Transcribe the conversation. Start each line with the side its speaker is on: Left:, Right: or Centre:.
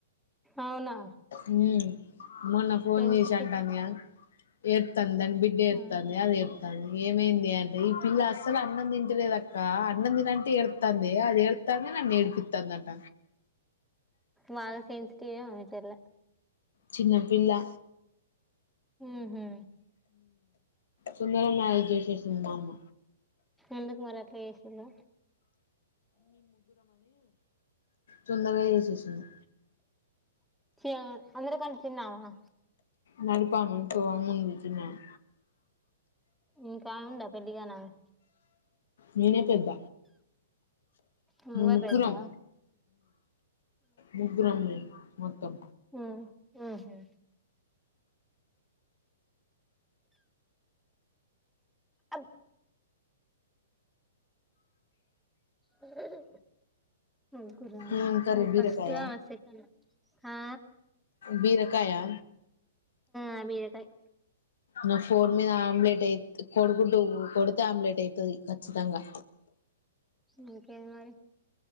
Centre: అవునా
Left: ఉమ్ మొన్న ఫోన్
Centre: సెన్సిటివ్
Left: జేసి అంటంది కదా. ఏట్. తన్ బిడ్డ ఏడుస్తాంది,
Centre: ఉమ్
Left: అది ఏడుస్తాంది ఇగ ఏమైందే అన్. ఈ పిల్లా అస్. అసలు అన్నం తింటలేదక్క అన్. అన్నం తిను అంటే ఏడుస్తాందే, అది ఏడ్త్ తాంది నన్ను ఏడిపిత్తంది అంట.
Centre: బాగా సేన్సిటివ్ ఏమో మీ చెల్లె.
Left: చిన్నపిల్లా.
Centre: ఉహు
Left: సుందరమే మ్యారేజ్ చేసేసింది మా అమ్మ.
Centre: ఎందుకు మరి అట్లా చేసిందో.
Left: తొందర్గా చేసేసింది.
Centre: <unintelligible> అందరీ కంటే చిన్నమేనా.
Left: నడిపామే ఇంకో ఆమె ఉంది చిన్నమే.
Centre: ఇంకా ఉందా పెళ్లిగానామే.
Left: నేనే పెద్ద,
Centre: నువ్వే
Left: ముక్కురం
Centre: పెద్దా
Left: ముగ్గురం మేం మొత్తం
Centre: హ ఆ హా అబ్ అ ముగ్గురా
Left: ఏం కర్రీ
Centre: నువ్వు
Left: బీరకాయ
Centre: ఫస్ట్ ఆమె సెకండ్ ఆ
Left: బీరకాయా?
Centre: ఆ బీరకాయ్
Left: నా ఫోన్ మీద ఆమ్లెట్ ఏత్ కోడీ గుడ్డు కొడితే ఆమ్లెట్ అయితది ఖచ్చితంగా!
Centre: ఇంకేం మరి